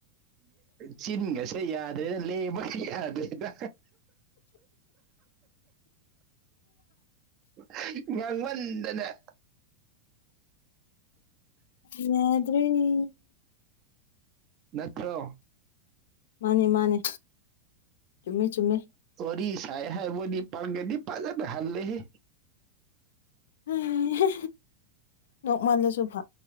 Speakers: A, on the right; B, on the left.
A: ꯆꯤꯟꯒꯥꯁꯦ ꯌꯥꯗ꯭ꯔꯦꯗ ꯂꯦꯡꯕꯒ ꯌꯥꯗꯦꯗ <unintelligible> ꯉꯥꯡꯃꯟꯗꯅ
B: ꯌꯥꯗ꯭ꯔꯦꯅꯦ
A: ꯅꯠꯇ꯭ꯔꯣ
B: ꯃꯥꯅꯦ ꯃꯥꯅꯦ ꯆꯨꯝꯃꯦ ꯆꯨꯝꯃꯦ
A: ꯋꯥꯔꯤ ꯁꯥꯏ ꯍꯥꯏꯕꯗꯤ ꯄꯥꯡꯒꯜꯗꯤ ꯐꯖꯅ ꯍꯜꯂꯦꯍꯦ
B: ꯑꯦꯍꯦ ꯅꯣꯛꯃꯜꯂꯁꯨ ꯐ